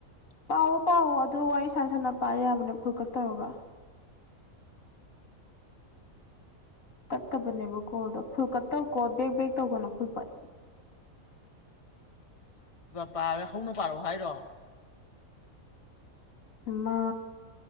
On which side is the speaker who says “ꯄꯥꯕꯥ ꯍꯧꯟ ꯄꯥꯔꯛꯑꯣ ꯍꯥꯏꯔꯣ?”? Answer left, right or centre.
Left